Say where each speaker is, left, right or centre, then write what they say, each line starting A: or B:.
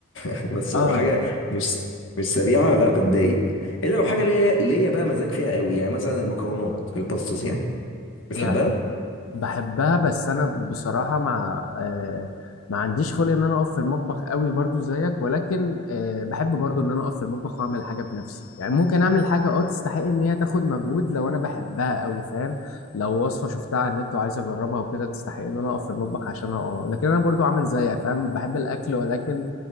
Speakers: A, on the left; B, on the left.
A: <laughs> بس لو
B: اه
A: حاجه
B: يعني
A: مش مش سريعه لا بتضايق الا لو حاجه ليا ليا بقى مزاج فيها قوي يعني مثلا المكرونات الباستاز يعني بتحبها
B: يعني بحبها بس انا بصراحه مع آه ما عنديش خلق ان انا اقف في المطبخ قوي برضو زيك ولكن آه بحب برضو ان انا اقف في المطبخ واعمل حاجه بنفسي يعني ممكن اعمل حاجه اه تستحق ان هي تاخد مجهود لو انا بحبها قوي فاهم لو وصفه شفتها على النت وعايز اجربها وكده تستحق ان انا اقف في المطبخ عشانها اه لكن انا برضو عامل زيك فاهم بحب الاكل ولكن